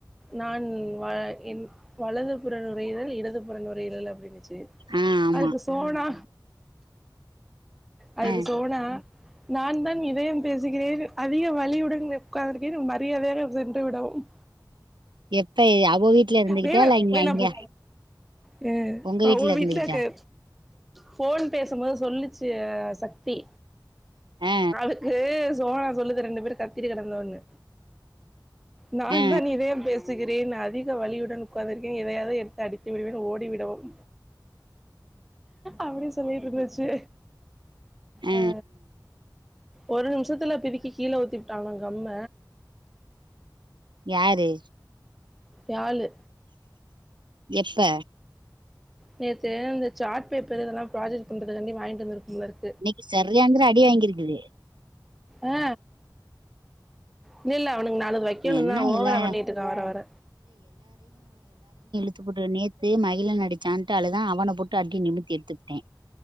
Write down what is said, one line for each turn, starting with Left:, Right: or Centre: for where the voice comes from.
Centre: நான் என் வலது புற நுரையீரல் இடது புற நுரையீரல் அப்டின்னுச்சு
Right: ஆ ஆமா
Centre: து அதுக்கு சோனா அதுக்கு
Right: ஆ
Centre: சோனா நான் தான் இதயம் பேசுகிறேன் அதிக வலியுடன் உட்காந் திருக்கேன் மரியாதையாக சென்றுவிடவும்
Right: எப்ப அவ வீட்ல இருந்துகிட்டா
Centre: வேணா
Right: இல்ல இங்க
Centre: வேணாப்போ
Right: இங்க
Centre: ஹ
Right: உங்க
Centre: அவ
Right: இருந்துகிட்டா
Centre: வீட்ல இருக்கு ஃபோன் பேசும்போது சொல்லுச்சு சக் தி
Right: ஆ
Centre: ஆளு இ சோனா சொல்லுது ரெண்டு பேர் கத்தி கேடந்தொன்னு நா
Right: ஆ ஆ
Centre: தான் இதயம் பேஸ் சுகிறேன் அதிக வலியுடன் உக்காந்துருகேன் எதையாது எடுத்து அடித்து விடுவேன் ஓடிவிடவும் அப்டி சொல்லிட்டு இருந்துச்சு
Right: ஆ ஆ
Centre: அ ஒரு நிமிஷத்தில பிதிக்கி கீழ ஊத்திவிட்டாங்கா கம்ம
Right: யாரு
Centre: யா ளு
Right: எப்ப
Centre: நேத்து இந்த சாட் பேப்பர் இதெல்லா ப்ராஜெக்ட் பண்றது காண்டி வாங்கிட்டு வந்திருக்கு போல ரு
Right: இன்னைக்கி சரியாங்குர அடி வாங்கிருக்குது
Centre: ஆ இல்லல்ல அவனுக்கு நாலுது வைக் வைக்கணு
Right: என்ன
Centre: தா ஓவரா
Right: எல்லா
Centre: பண்ணிட்டு இருக்கா வர வர
Right: த்து புட்டு நேத்து மகிழன் அடிச்சான்ட்டு அழுதா அவன போட்டு அடி நிமித்தி எடுத்துப்புட்டே